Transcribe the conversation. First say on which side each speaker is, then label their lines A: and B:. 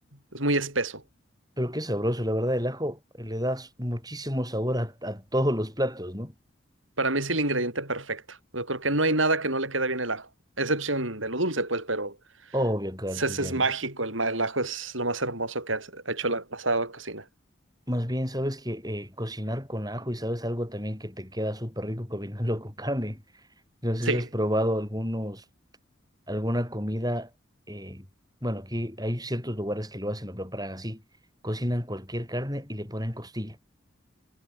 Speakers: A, on the right; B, on the right.
A: Es muy espeso.
B: Pero qué sabroso, la verdad, el ajo eh, le das muchísimo sabor a, a todos los platos, ¿no?
A: Para mí es el ingrediente perfecto. Yo creo que no hay nada que no le quede bien el ajo, excepción de lo dulce, pues, pero
B: Obvio, claro,
A: ese
B: te
A: ese
B: entiendo.
A: es mágico. El, ma- el ajo es lo más hermoso que has- ha hecho la pasada cocina.
B: Más bien, sabes que eh, cocinar con ajo y sabes algo también que te queda súper rico combinarlo con carne. No sé
A: Sí.
B: si has probado algunos, alguna comida. eh, bueno, aquí hay ciertos lugares que lo hacen, lo preparan así. Cocinan cualquier carne y le ponen costilla.